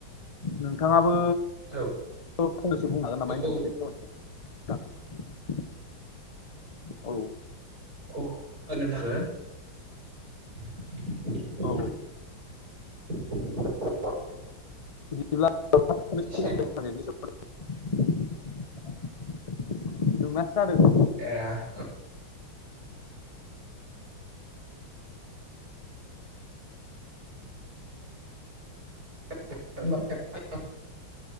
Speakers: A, on the left; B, on the right.
A: नोंथाङाबो
B: औ
A: फंनैसो बुंनो हागोन नामा इन्टारनेटनि
B: औ
A: सोमोन्दै। औ।
B: <unintelligible> <inaudible>
A: औ <unintelligible>
B: एसे
A: <unintelligible>
B: एह औ <inaudible>